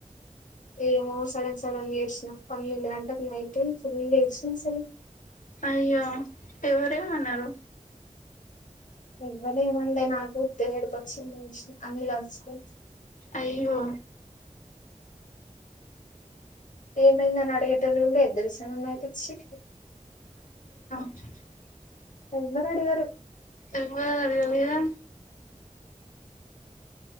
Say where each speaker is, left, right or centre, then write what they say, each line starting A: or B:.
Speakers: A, on the left; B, on the left.
A: ఏమో సడన్ సడన్ ఏసినా పన్నెండు గంటకి నైట్ ఫుల్ ఏడ్చినా అసలు
B: అయ్యో ఎవరేమన్నారు
A: ఎవ్వలె మనలే నాకు ఉత్తిగే ఏడుపు వచ్చింది ఏడ్చిన అందులో అచ్చినై
B: అయ్యో
A: ఏమైందని అడిగేటోళ్లు కూడా లేరు తెల్సా నాన్నతే ఛీ
B: <inaudible>
A: ఇవ్వర అడగారు
B: అబ నేనుందిగా